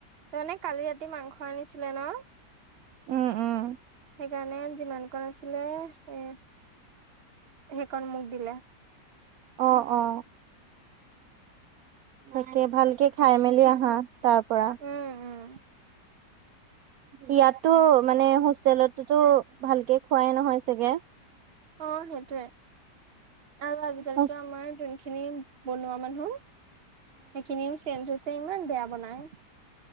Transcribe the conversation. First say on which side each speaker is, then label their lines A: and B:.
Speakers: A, on the right (about 45°); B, on the right (about 70°).
A: তাৰমানে কালি ৰাতি মাংস আনিছিলে ন
B: উম উম
A: সেইকাৰণে যিমান কণ আছিলে এ সেইখন মোক দিলে।
B: অ অ তাকে ভালকে খাই মেলি আহা তাৰ পৰা
A: উম উম
B: ইয়াতটো মানে হোষ্টেলতোতো ভালকে খুৱাই নহয় চাগে।
A: অ সেইটোয়ে আৰু আজিকালিতো
B: উম,
A: আমাৰ যোনখিনি বনোৱা মানুহ সেইখিনিও চেঞ্জ হৈছে। ইমান বেয়া বনাই।